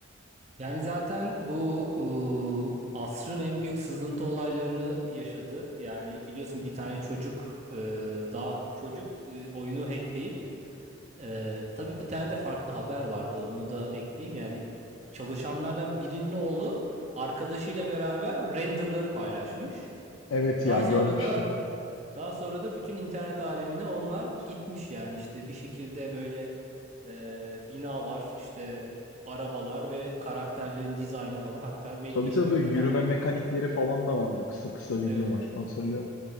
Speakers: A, on the right; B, on the left.
A: Yani zaten bu ıı, asrın en büyük sızıntı olaylarını yaşadı. Yani biliyorsun bir tane çocuk ıı, daha çocuk ıı, oyunu hackleyip Ee, tabii bir tane de farklı haber vardı. Onu da ekleyeyim. Yani çalışanlardan birinin oğlu arkadaşıyla beraber renderları paylaşmış.
B: Evet ya
A: Daha
B: görmüştüm.
A: sonra da daha sonra da bütün internet alemine onlar gitmiş yani işte bir şekilde böyle e, binalar işte arabalar ve karakterlerin dizaynı falan hatta belli
B: Tabii
A: işte
B: tabii böyle
A: bir, bir
B: yürüme
A: tane
B: mekanikleri falan da vardı kısa kısa videolar
A: evet
B: hatırlıyorum.